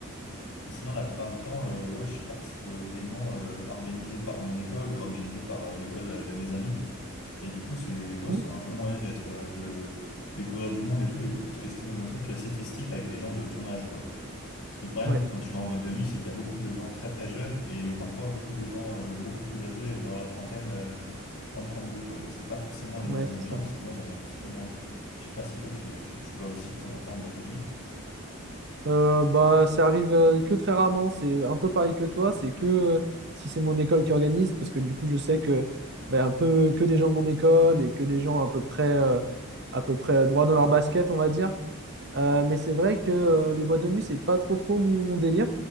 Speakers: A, on the left (about 85°); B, on the right (about 50°).
A: Et sinon, la plupart du temps, euh, ouais, je participe aux événements euh, organisés par mon école ou organisés par euh, l'école euh, de mes amis. Et du coup, c'est ouais,
B: Mhm.
A: c'est un bon moyen d'être euh, de découvrir du monde et tout et de rester dans un truc assez festif avec des gens de ton âge, quoi. Parce que le problème
B: Ouais,
A: quand tu vas en boîte de nuit, c'est qu'il y a beaucoup de gens très très jeunes et parfois beaucoup de gens euh, beaucoup plus âgés euh, dans la trentaine, euh, trente deux quoi. Donc c'est pas forcément les
B: ouais,
A: mêmes
B: c'est
A: ambiances
B: ça.
A: et moi j'aime un petit peu moins. Je sais pas si toi
B: Ouais.
A: tu, tu, tu vas aussi de temps en temps en boîte de nuit.
B: Euh, bah, ça arrive euh, que très rarement. C'est un peu pareil que toi. C'est que euh, si c'est mon école qui organise, parce que du coup, je sais que bah, un peu que des gens de mon école et que des gens à peu près, euh, à peu près droit dans leur basket, on va dire. Euh, mais c'est vrai que euh, les boîtes de nuit, c'est pas trop trop mon, mon délire.